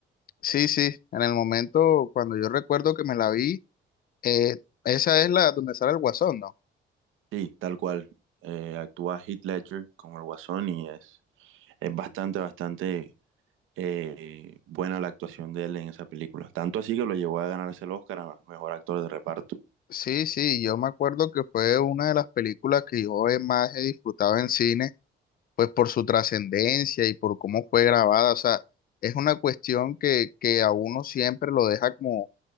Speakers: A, on the left; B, on the right.
A: Sí, sí. En el momento, cuando yo recuerdo que me la vi, eh, esa es la donde sale el Guasón, ¿no?
B: Sí, tal cual. Eh, actúa Heath Ledger como el Guasón y es es bastante, bastante eh, buena la actuación de él en esa película. Tanto así que lo llevó a ganarse el Oscar a mejor actor de reparto.
A: Sí, sí. Yo me acuerdo que fue una de las películas que yo he más he disfrutado en cine, pues por su trascendencia y por cómo fue grabada. O sea, es una cuestión que, que a uno siempre lo deja como